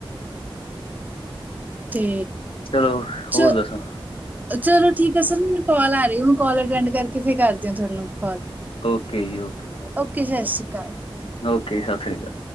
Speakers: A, on the right; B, on the left.
A: ਤੇ
B: ਚਲੋ ਹੋਰ
A: ਚ
B: ਦੱਸੋ।
A: ਚਲੋ ਠੀਕ ਏ ਸਰ ਮੈਨੂੰ ਕਾਲ ਆ ਰਈ, ਹੁਣ ਕਾਲ ਅਟੈਂਡ ਕਰਕੇ ਫੇਰ ਕਰਦੀ ਆ ਤੁੁਨੂੰ ਕਾਲ।
B: ਓਕੇ ਜੀ ਓਕੇ।
A: ਓਕੇ ਸਾਸਰੀ ਕਾਲ।
B: ਓਕੇ ਜੀ ਸਾਸਰੀ ਕਾਲ।